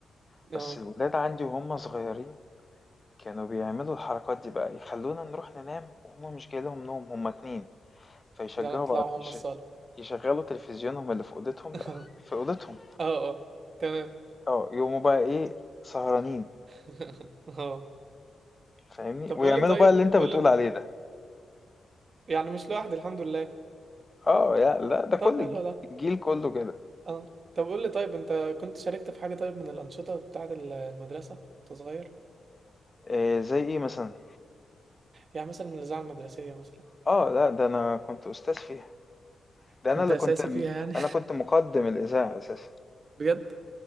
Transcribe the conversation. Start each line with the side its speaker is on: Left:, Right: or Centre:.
Left: بس
Right: اه
Left: الولاد عندي وهم صغيرين كانوا بيعملوا الحركات دي بقى يخلونا نروح ننام وهم مش جاي لهم نوم هم اتنين فيشجعوا
Right: ده طلعوا
Left: بعض
Right: هم
Left: يش...
Right: الصالة
Left: يشغلوا تلفزيونهم اللي في اوضتهم
Right: <laughs>
Left: لا
Right: اه
Left: في اوضتهم
Right: اه تمام
Left: اه يقوموا بقى ايه سهرانين
Right: <laughs> اه
Left: فاهمني
Right: طب
Left: ويعملوا
Right: قول لي طيب
Left: بقى اللي انت بتقول
Right: قول لي
Left: عليه ده
Right: يعني مش لوحدي الحمد لله
Left: اه يا لا ده كل
Right: طب
Left: الج-
Right: حلو ده
Left: الجيل كله كده
Right: اه طب قول لي طيب انت كنت شاركت في حاجة طيب من الأنشطة بتاعة ال- المدرسة وانت صغير
Left: إيه زي ايه مثلا
Right: يعني مثلا الإذاعة المدرسية مثلا
Left: اه لا ده انا كنت استاذ فيها ده
Right: كنت
Left: انا اللي
Right: أساسي
Left: كنت
Right: فيها يعني
Left: انا كنت مقدم الاذاعه اساسا
Right: <laughs> بجد